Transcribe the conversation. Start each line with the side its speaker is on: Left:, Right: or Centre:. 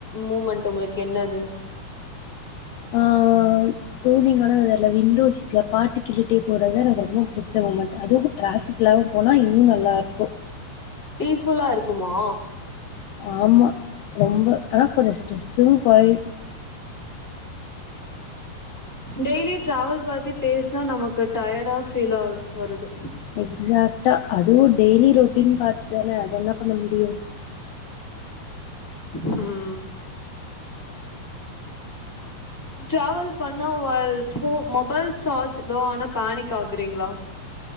Centre: மூமெண்ட் உங்களுக்கு என்னது
Left: ஆஹ் கூலிங்கான வெதர்ல விண்டோ சீட்ல பாட்டு கேட்டே போறதுத எனக்கு ரொம்ப பிடிச்ச மூமெண்ட் அதுவு டிராபிக்ல்லா போனா இன்னு நல்லாருக்கு
Centre: பீஸ்ஃபுல்லா இருக்குமா
Left: ஆமா ரொம்ப ஆனா கொஞ்ச ஸ்ட்ரெஸ்சும் கொறையு
Centre: டெய்லி டிராவல் பாத்தி பேசினா நமக்கு டயர்டா ஃபீல் ஆ வருது
Left: எக்ஸ்ஷா ட்டா அதுவு டெய்லி ரொட்டீன் பாத்தான அது என்ன பண்ண முடியு
Centre: ம் ட்ராவல் பண்ணா வ போ மொபைல் சார்ஜ் லோ ஆன பானிக் ஆகுறீங்களா